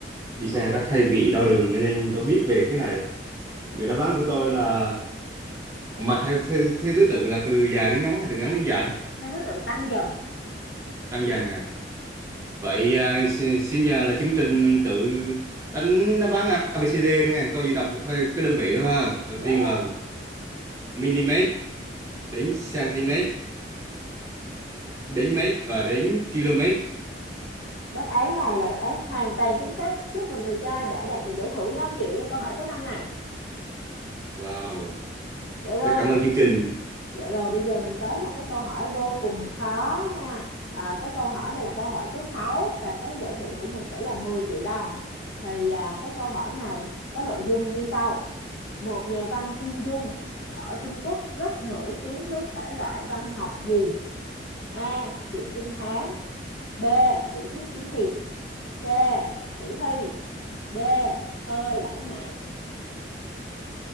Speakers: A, on the right; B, on the left.
A: đi xe rất hay bị đau đường cho nên tôi biết về cái này người đáp án của tôi là mà theo theo, theo thứ tự là từ dài đến ngắn hay từ ngắn đến dài
B: theo thứ tự tăng dần.
A: tăng dần à vậy à, xin, xin nhờ là chương trình tự đánh đáp án ABCD đây này tôi chỉ đọc theo cái đơn vị thôi ha đầu
B: Dạ
A: tiên
B: rồi.
A: là mm đến cm đến mét và đến km
B: Đáp án này là đáp án hoàn toàn chính xác. Chúc mừng người chơi đã đạt được giải thưởng 5 triệu với câu hỏi số 5 này.
A: wow
B: Dạ rồi.
A: rất cảm ơn chương trình
B: Dạ rồi bây giờ mình tới một cái câu hỏi vô cùng khó nha. À, cái câu hỏi này là câu hỏi số 6 và cái giải thưởng của mình sẽ là 10 triệu đồng. Thì à, cái câu hỏi này có nội dung như sau. Một nhà văn Kim Dung ở Trung Quốc rất nổi tiếng với thể loại văn học gì? A. Truyện trinh thám B. Tiểu thuyết kiếm hiệp C. Sử thi D. Thơ lãng mạn